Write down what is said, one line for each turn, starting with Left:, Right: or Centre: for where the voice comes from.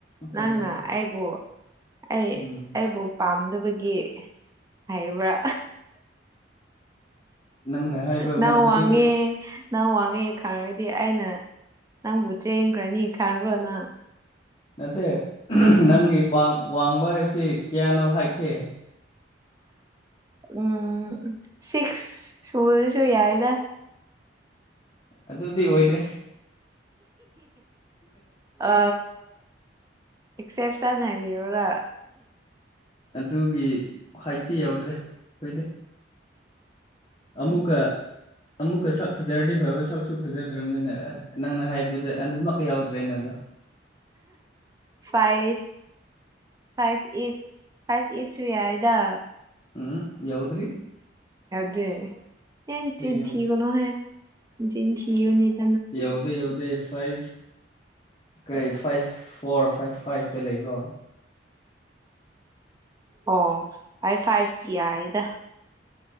Left: ꯐꯖꯗ꯭ꯔꯦ
Right: ꯅꯪꯅ ꯑꯩꯕꯨꯣ ꯑꯩ
Left: ꯎꯝ
Right: ꯑꯩꯕꯨ ꯄꯥꯝꯗꯕꯒꯤ ꯍꯥꯏꯔꯤꯕ꯭ꯔꯥ
Left: ꯅꯪꯅ ꯍꯥꯏꯕ
Right: ꯅꯎ
Left: ꯃꯥꯗꯨꯗꯤ
Right: ꯍꯉꯦ ꯅꯪ ꯋꯥꯡꯉꯦ ꯈꯪꯔꯗꯤ ꯑꯩꯅ ꯅꯪꯕꯨ ꯆꯦꯟꯈ꯭ꯔꯅꯤ ꯈꯜꯔꯕꯨꯔꯣꯅ
Left: ꯅꯠꯇꯦ ꯅꯪꯒꯤ ꯋꯥꯡꯕ ꯍꯥꯏꯕꯁꯤ ꯀꯌꯥꯅꯣ ꯍꯥꯏꯁꯦ
Right: ꯎꯝ ꯁꯤꯁ ꯁꯨꯜꯁꯨꯁꯨ ꯌꯥ ꯏꯗ
Left: ꯑꯗꯨꯗꯤ ꯑꯣꯏꯗ꯭ꯔꯦ
Right: ꯑ ꯑꯦꯛꯁꯦꯞꯁꯟ ꯍꯥꯏꯕꯤ ꯑꯣꯏꯔ
Left: ꯑꯗꯨꯒꯤ ꯍꯥꯏꯠꯇꯤ ꯌꯧꯗ꯭ꯔꯦ ꯍꯣꯏꯗꯦ ꯑꯃꯨꯛꯀ ꯑꯃꯨꯛꯀ ꯁꯛ ꯐꯖꯔꯗꯤ ꯐꯕ ꯁꯛꯁꯨ ꯐꯖꯗ꯭ꯔꯕꯅꯤꯅ ꯅꯪꯅ ꯍꯥꯏꯕꯗꯨꯗ ꯑꯅꯤꯃꯛꯀ ꯌꯥꯎꯗ꯭ꯔꯦꯅ ꯑꯗꯣ
Right: ꯐꯥꯏ ꯐꯥꯏꯚ ꯐꯥꯏꯚꯠ ꯌꯥꯗ
Left: ꯎꯝ ꯌꯥꯎꯗ꯭ꯔꯤ
Right: ꯗꯦ ꯑꯦꯟꯆꯤꯟ
Left: ꯌꯧꯗ꯭ꯔꯤ
Right: ꯊꯅꯣꯍꯦ ꯏꯟꯆꯤꯟ ꯊꯅꯤ
Left: ꯌꯥꯎꯗ ꯌꯥꯎꯗꯦ ꯐꯥꯏ ꯀꯩ ꯐꯥꯏꯚ ꯐꯣꯔ ꯐꯥꯏꯚ ꯐꯥꯏꯚꯇ ꯂꯩꯕ꯭ꯔꯣ
Right: ꯑꯣ ꯑꯩ ꯐꯥꯏꯚ ꯖꯤ ꯏꯗ